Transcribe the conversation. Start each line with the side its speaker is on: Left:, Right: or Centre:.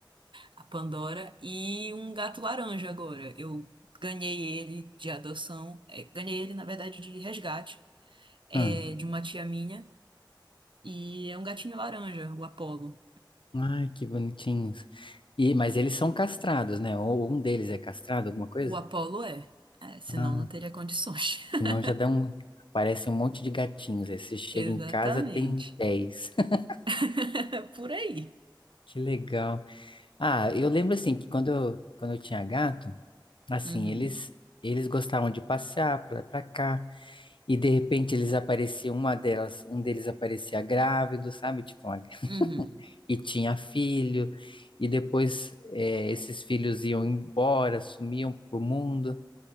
Right: a Pandora e um gato laranja agora. Eu ganhei ele de adoção, é, ganhei ele, na verdade, de resgate, é,
Left: Ah,
Right: de uma tia minha, e é um gatinho laranja, o Apollo.
Left: Ai, que bonitinhos. E, mas eles são castrados, né? Ou um deles é castrado, alguma coisa?
Right: O Apollo é, é, senão
Left: Ah,
Right: não teria condições. <laughs>
Left: senão já dá um. Parece um monte de gatinhos. Aí você chega
Right: Exatamente.
Left: em casa, tem 10. <laughs>
Right: <laughs> Por aí.
Left: Que legal. Ah, eu lembro assim que quando eu, quando eu tinha gato, assim,
Right: Uhum,
Left: eles eles gostavam de passear pra, pra cá e de repente eles apareciam, uma delas, um deles aparecia grávido, sabe? Tipo, uma-
Right: uhum.
Left: e tinha filho, e depois eh, esses filhos iam embora, sumiam pro mundo.